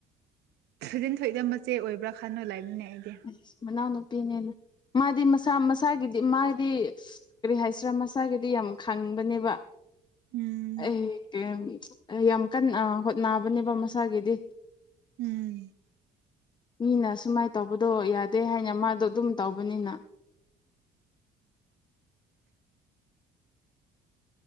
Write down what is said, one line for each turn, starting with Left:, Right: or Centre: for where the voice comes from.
Right: ꯊꯣꯏꯖꯤꯟ ꯊꯣꯏꯒ ꯃꯆꯦ ꯑꯣꯏꯕ꯭ꯔꯥ ꯈꯟꯅ ꯂꯩꯕꯅꯦ ꯑꯩꯗꯤ
Left: ꯑꯁ ꯃꯅꯥꯎꯅꯨꯄꯤꯅꯦꯅ ꯃꯥꯗꯤ ꯃꯁꯥ ꯃꯁꯥꯒꯤꯗꯤ ꯃꯥꯗꯤ ꯀꯔꯤ ꯍꯥꯏꯁꯤꯔꯥ ꯃꯁꯥꯒꯤꯗꯤ ꯌꯥꯝ ꯈꯪꯕꯅꯦꯕ
Right: ꯎꯝ
Left: ꯑꯩ ꯌꯥꯝ ꯀꯟꯅ ꯍꯣꯠꯅꯕꯅꯦꯕ ꯃꯁꯥꯒꯤꯗꯤ
Right: ꯎꯝ
Left: ꯃꯤꯅꯁꯨꯃꯥꯏ ꯌꯥꯗꯦ ꯍꯥꯏꯅ ꯃꯥꯗꯣ ꯑꯗꯨꯝ ꯇꯧꯕꯅꯤꯅ